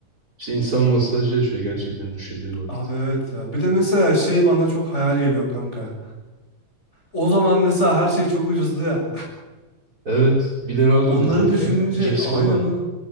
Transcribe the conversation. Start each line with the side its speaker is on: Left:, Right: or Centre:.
Right: İşte insan nostalji yaşıyor gerçekten düşündüğü vakit.
Left: Abi evet ya. Bir de mesela şey bana çok hayal geliyor kanka. O zaman mesela her şey çok ucuzdu ya.
Right: Evet. bir
Left: <laughs>
Right: lira alıyordun
Left: Onları
Right: yanına.
Left: düşününce
Right: Cips
Left: aynen
Right: kola.
Left: o.